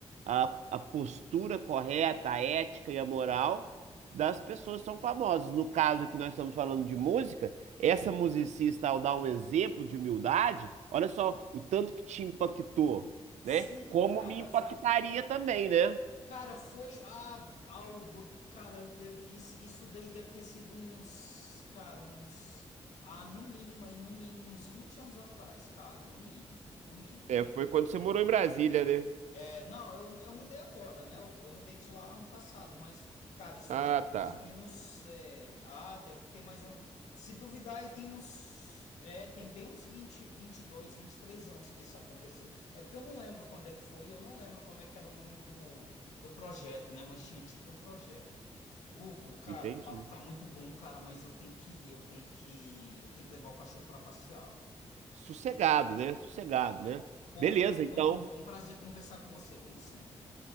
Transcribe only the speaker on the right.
a, a postura correta, a ética e a moral das pessoas que são famosas. No caso aqui, nós estamos falando de música, essa musicista, ao dar um exemplo de humildade, olha só o tanto que te impactou,
né? Como
me impactaria
também, né?
É, foi quando você morou em Brasília, né?
Ah,
tá.
Entendi.
Sossegado, né? Sossegado, né?
Beleza,
então.